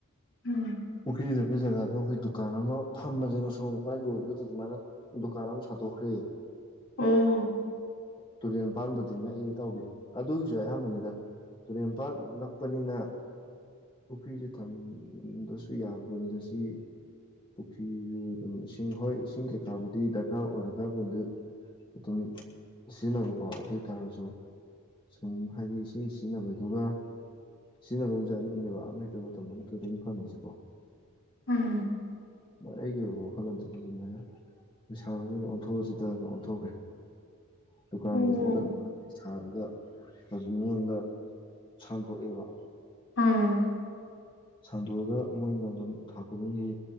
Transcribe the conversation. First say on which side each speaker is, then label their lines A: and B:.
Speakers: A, on the left; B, on the left.
A: ꯎꯝ
B: ꯄꯨꯈꯔꯤꯗꯣ ꯑꯩꯈꯣꯏ ꯖꯒꯥꯗꯨꯅ ꯑꯩꯈꯣꯏ ꯗꯨꯀꯥꯟ ꯑꯃ ꯐꯝꯕꯅꯦꯕ ꯁꯣꯔꯣꯛ ꯃꯄꯥꯟꯒꯤ ꯑꯣꯏꯕꯗꯨꯗ ꯑꯗꯨꯃꯥꯏꯅ ꯗꯨꯀꯥꯟ ꯑꯃ ꯁꯥꯗꯣꯛꯈ꯭ꯔꯦ
A: ꯑꯣ
B: ꯇꯨꯔꯦꯟ ꯃꯄꯥꯟꯕꯨꯗꯤ ꯌꯥꯝ ꯅꯛꯑꯦ ꯏꯇꯥꯎꯕꯤ ꯑꯗꯨꯒꯤꯖꯨ ꯑꯌꯥꯝꯕꯅꯤꯗ ꯇꯨꯔꯦꯟ ꯄꯥꯟ ꯅꯛꯄꯅꯤꯅ ꯄꯨꯈ꯭ꯔꯤꯁꯤ ꯊꯝꯗꯁꯨ ꯌꯥꯕꯅꯤ ꯁꯤ ꯄꯨꯈ꯭ꯔꯤꯁꯨ ꯑꯗꯨꯝ ꯏꯁꯤꯡ ꯍꯣꯏ ꯏꯁꯤꯡ ꯀꯩꯀꯥꯕꯨꯗꯤ ꯗꯔꯀꯥꯔ ꯑꯣꯏꯔꯒꯕꯨ ꯑꯗꯨꯝ ꯁꯤꯖꯤꯟꯅꯕꯀꯣ ꯑꯗꯨ ꯑꯣꯏꯇꯥꯔꯖꯨ ꯁꯨꯝ ꯍꯥꯏꯗꯤ ꯏꯁꯤꯡ ꯁꯤꯖꯤꯟꯅꯕꯗꯨꯒ ꯁꯤꯖꯤꯟꯅꯕꯝꯖꯦ ꯑꯅꯤꯅꯦꯕ ꯑꯃ ꯃꯇꯝ ꯑꯝꯇ ꯑꯗꯨꯝ ꯐꯪꯉꯤꯖꯦꯀꯣ
A: ꯎꯝ
B: ꯑꯩꯒꯤ ꯑꯣꯏꯕ ꯋꯥꯈꯜꯂꯣꯟꯗꯨꯗꯤ ꯑꯗꯨꯃꯥꯏꯅ ꯄꯩꯁꯥ ꯑꯣꯏꯅ ꯑꯣꯟꯊꯣꯛꯑꯁꯤ ꯗꯅ ꯑꯣꯟꯊꯣꯛꯈ꯭ꯔꯦ ꯗꯨꯀꯥꯟꯖꯤꯗ
A: ꯑꯣ
B: ꯊꯥꯔꯒ ꯍꯧꯖꯤꯛ ꯃꯤꯉꯣꯟꯗ ꯁꯥꯟꯗꯣꯛꯑꯦꯕ
A: ꯎꯝ
B: ꯁꯟꯗꯣꯛꯑꯒ ꯃꯣꯏꯅ ꯑꯗꯨꯝ ꯊꯥ ꯈꯨꯗꯤꯡꯒꯤ